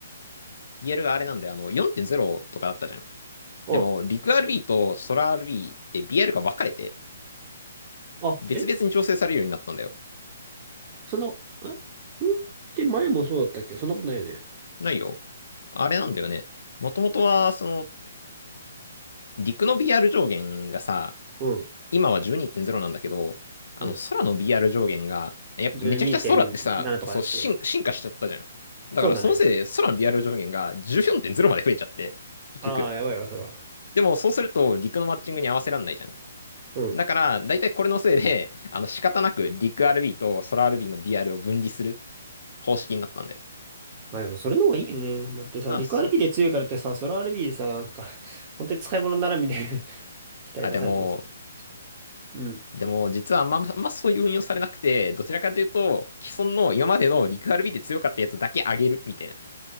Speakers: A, on the left; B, on the right.
A: BR があれなんで、あの、4.0とかだったじゃん。
B: あ、
A: でも、陸 RB と空 RB って BR が分かれて、
B: あ、
A: 別々に調整されるようになったんだよ。
B: えそんな、あそんって前もそうだったっけそんなことないよね。
A: ないよ。あれなんだよね。もともとは、その、陸の BR 上限がさ、
B: うん、
A: 今は12.0なんだけど、あの、
B: うん。
A: 空の BR 上限が、やっぱめちゃくちゃ空ってさ、
B: 12.7とかだっけ
A: そう、進、進化しちゃったじゃん。だからそのせいで空の
B: そうだね。
A: BR 上限が14.0まで増えちゃって、結局。
B: ああ、やばいわ、それは。
A: でもそうすると陸のマッチングに合わせらんないじゃん。
B: うん
A: だから、だいたいこれのせいで、あの、仕方なく陸 RB と空 RB の BR を分離する方式になったんだよ。
B: まあでもそれの方がいいよね。だってさ、
A: ああ、
B: リクアルビーで強いからってさ、
A: そう。
B: ソロアルビーでさ、なんか、本当に使い物にならんみたいな <laughs> 期待出されてますね
A: あ、でも、
B: うん。
A: でも、実はあんま、あんまそういう運用されなくて、どちらかというと、既存の今までの陸 RB で強かったやつだけ上げるみたいな。